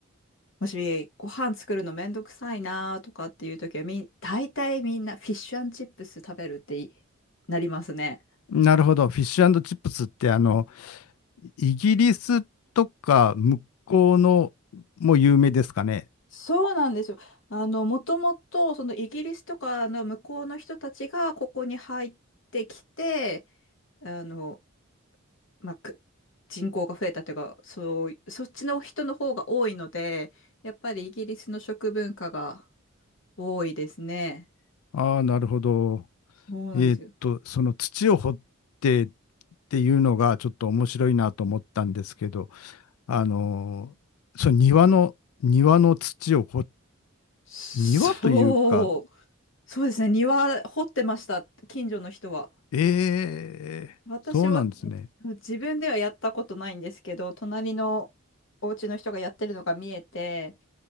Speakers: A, on the left; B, on the left.
A: もしご飯作るのめんどくさいなとかっていう時はみん、大体みんなフィッシュチップス食べるっていなりますね。
B: なるほど。フィッシュチップスってあの、イギリスとか向こうのも有名ですかね。
A: そうなんですよ。あの、もともと、そのイギリスとかの向こうの人たちがここに入ってきて、あの、まあ、く人口が増えたというか、そう、そっちの人の方が多いので、やっぱりイギリスの食文化が多いですね。
B: ああ、なるほど。
A: そうなんですよ。
B: えーっと、その土を掘ってっていうのがちょっと面白いなと思ったんですけど、あのーその庭の、庭の土を掘っ、
A: そう。
B: 庭というか、
A: そうですね。庭掘ってました。近所の人は。
B: ええそうなんですね。
A: 私は自分ではやったことないんですけど、隣のお家の人がやってるのが見えて、